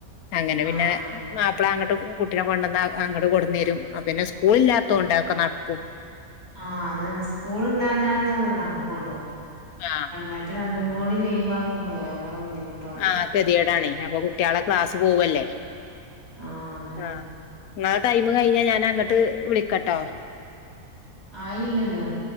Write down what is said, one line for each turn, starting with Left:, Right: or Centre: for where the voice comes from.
Left: അങ്ങനെ പിന്നെ
Right: ആഹ്
Left: മാപ്പള അങ്ങട്ട്ടു കുട്ടിനെ കൊണ്ടന്നഅങ്ങട്ട് കൊടുന്നേരും പിന്നെ സ്കൂ ളില്ലാത്തോ ണ്ട തൊക്കെനടക്കും
Right: ആ അതന്നെ സ്കൂല് ഇല്ലാഞ്ഞാൽ അത് നടക്കുള്ളു
Left: ആഹ്
Right: മറ്റേ രണ്ടും കൂടി <unintelligible> ബുദ്ധിമുട്ടാവൂലേ.
Left: ആഹ ഗതികേടാണേ അപ്പൊ കുട്ടികളെ ക്ലാസ് പോവല്ലേ
Right: ആഹ് അതന്നെ
Left: ആഹ നിങ്ങള് ടൈമ കഴിഞ്ഞാ ഞാൻ അങ്ങോട്ട് വിളിക്കട്ടോ
Right: ആയില്ലല്ലോ